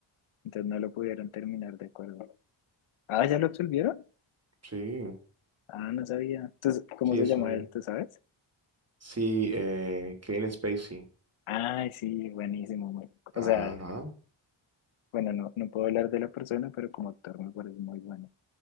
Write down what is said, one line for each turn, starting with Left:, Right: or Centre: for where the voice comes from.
Left: entonces no lo pudieron terminar de acuerdo. Ah, ¿ya lo absolvieron?
Right: Sí,
Left: Ah, no sabía. Entonces, ¿cómo
Right: sí,
Left: se
Right: eso
Left: llama
Right: vi.
Left: él? ¿Tú sabes?
Right: Sí, eh, Kevin Spacey.
Left: Ay, sí, buenísimo. muy-
Right: Ajá.
Left: O sea, Bueno, no, no puedo hablar de la persona, pero como actor me parece muy bueno.